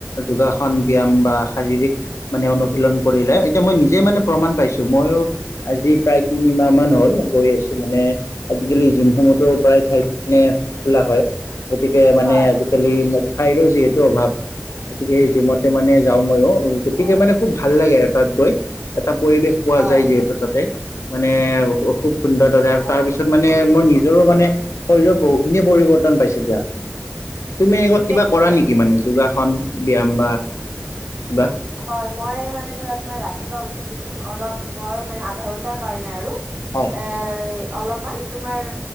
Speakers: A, on the left; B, on the right.
A: যোগাসন ব্যায়াম বা শাৰীৰিক মানে অনুশীলন কৰিলে এতিয়া মই নিজে মানে প্ৰমাণ পাইছো মইও। আজি প্ৰায় তিনিমাহ মান হ'ল গৈ আছো মানে আজিকালি জিমসনতো প্ৰায় ঠাই খোলা হয়। গতিকে মানে
B: হয়
A: আজিকালি ঠাইৰো যিহেতু অভাৱ। গতিকে সেই জিমতে মানে যাওঁ মইও, গতিকে মানে খুব ভাল লাগে আৰু তাত গৈ, এটা পৰিৱেশ পোৱা
B: হয়
A: যায় যিহেতু। ততে, মানে খুব সুন্দৰ তাতে আৰু তাৰপিছত মানে মোৰ নিজৰো মানে শৰীৰত বহুখিনিয়ে পৰিৱৰ্তন পাইছে দিয়া। তুমি
B: ঠিকে
A: কিবা
B: ঠিকে
A: কৰা নেকি মানে যোগাসন ব্যায়াম বা কিবা
B: হয় মই মানে ধৰা তোমাৰ ৰাতিপুৱা উঠি পিনে অলপ, মই মানে আধা ঘন্টাৰ কাৰণে আৰু
A: হয়
B: এ, অলপমান। তোমাৰ